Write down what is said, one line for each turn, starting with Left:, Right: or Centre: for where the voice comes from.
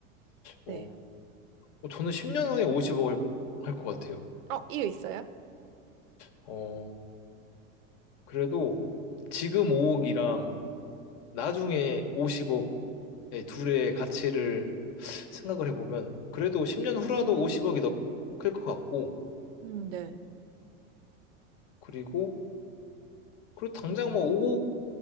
Right: 네.
Left: 어, 어, 저는 10년 후에 50억을 할 것 같아요.
Right: 어, 이유 있어요?
Left: 어, 그래도 지금 5억이랑 나중에 50억의 둘의 가치를 생각을 해보면, 그래도 10년 후라도 50억이 더 클 것 같고,
Right: 음, 네.
Left: 그리고, 그리고 당장 뭐 5억